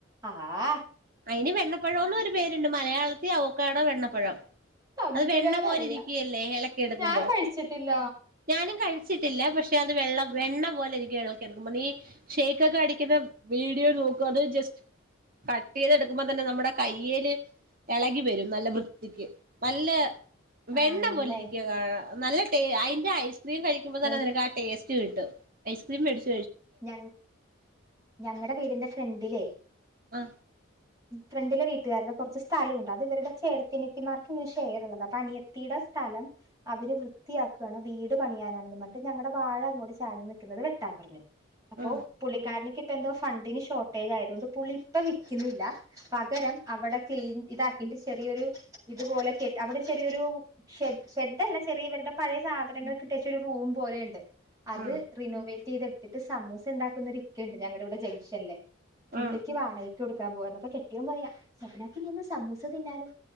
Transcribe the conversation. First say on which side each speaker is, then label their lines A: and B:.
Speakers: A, on the right; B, on the right.
A: ആഹ്ആ
B: അയിനി വെണ്ണ പ്പഴോന്നും ഒരു പേരുണ്ട് മലയാളത്തി അവക്കാഡോ വെണ്ണപ്പഴം
A: തമ്പുരാനറിയാം
B: അത് വെണ്ണ പോലെ ഇരിക്കുകല്ലേ ഇളക്കി എടുക്കുമ്പോ
A: ഞാൻ കഴിച്ചിട്ടില്ല
B: ഞാനും കഴി ച്ചിട്ടില്ല പക്ഷെ അത് വെള്ള വെണ്ണ പോലെ എളക്കിയെടുക്കുമ്പൊ നീ ഷെയ്ക്ക് ഒക്കെ അടിക്കുന്ന വീഡിയോ നോക്കു അത് ജസ്റ്റ് ട്ടെയ്ത് എടുക്കുമ്പോ തന്നെ നമ്മുടെ കയ്യില് ഇളകി വരും നല്ല വൃത്തിക്ക് നല്ല വെണ്ണ
A: ആണല്ലേ
B: പോലെ ഇരിക്കുക നല്ല ടേ അയിന്റെ ൻ കഴിക്കുമ്പൊ
A: ദേ
B: തന്നെ നിനക്ക് ആ ടേസ്റ്റ് റ്റ് കിട്ടും ഐസ്ക്രീം വേടിച്ചു
A: ഞ ഞങ്ങടെ വീടിന്റെ ഫ്രണ്ടിലേ
B: ആ
A: ഫ്രണ്ടിലെ വീട്ടുകാരുടെ കുറച്ച് സ്ഥലമുണ്ട് അത് ഇവരുടെ ചേട്ടത്തിനത്തിമാർക്ക് ഇങ്ങനെ ഷെയറുള്ളതാ അപ്പൊ അനിയത്തിയുടെ സ്ഥലം അവര് വൃത്തിയാക്കാണ് വീട് പണിയാനാണെന്നും പറഞ്ഞിട്ട് ഞങ്ങടെ വാഴ അങ്ങോട്ട് ചാഞ്ഞ് നിൽക്കുന്നത് വെട്ടാൻ പറഞ്ഞു അപ്പോ
B: ആ
A: പുള്ളിക്കാരനിക്ക് ഇപ്പ എന്തോ ഫണ്ടിന് ഷോർട്ടേജ് ആയതുകൊണ്ട് പുള്ളി ഇപ്പ വിൽക്കുന്നില്ല പകരം അവിടെ ക്ലീൻ ഇതാക്കിട്ട് ചെറിയൊരു ഇതുപോലെ കെ അവിടെ ചെറിയൊരു ഷെഡ് അല്ല ചെറിയ ഇവരുടെ പഴയ സാധനങ്ങളൊക്കിട്ടച്ച ഒരു റൂം പോലെയുണ്ട് അത്
B: ആ
A: റിനോവേറ്റ് ചെയ്തെടു സമൂസ ഉണ്ടാക്കുന്നൊരു ഇക്ക ഉണ്ട് ഞങ്ങളുടെ ഇവിടെ ജംഗ്ഷനില് പുള്ളിക്ക്
B: ആ
A: വാടകക്ക് കൊടുക്ക ക്കാൻ പോവാന്ന് അപ്പൊ കെട്ടിയോൻ പറയാ ഞങ്ങള്ക്ക് ഇനി എന്നും സമൂസ തിന്നാലോ